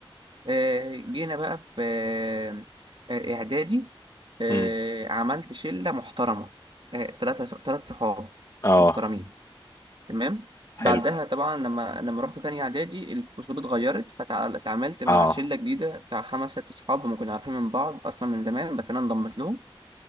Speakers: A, on the right; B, on the left.
A: آه، جينا بقى في آه، آه، اعدادي آه،
B: أمم،
A: عملت شله محترمه آه، تلاته تلات صحاب
B: اه
A: محترمين تمام
B: حلو
A: بعدها طبعا لما لما رحت تاني اعدادي الفصول اتغيرت فتعاملت مع
B: اه
A: شله جديده بتاع خمس ست صحاب هم كنا عارفين من بعض اصلا من زمان بس انا انضمت لهم